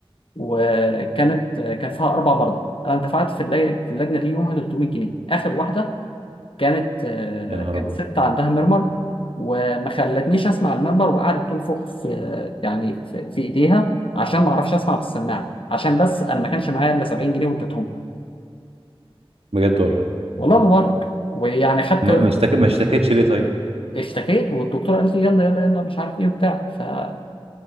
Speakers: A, on the left; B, on the right.
A: وكانت آه، كان فيها اربع مرضى انا دفعت في اللج- في اللجنه دي يومها 300 جنيه اخر واحده كانت آه،
B: يا نهار
A: كانت
B: ابيض
A: ست عندها مرمر وما خلتنيش اسمع المنبر وقعدت تنفخ في يعني في, في ايديها عشان ما اعرفش اسمع بالسماعه عشان بس انا ما كانش معايا الا 70 جنيه واديتهم لها
B: بجد والله
A: والله ما بهزر ويعني خدت
B: ما ما اشتك... ما اشتكتش ليه طيب
A: اشتكيت والدكتوره قالت لي يلا يلا يلا مش عارف ايه وبتاع فما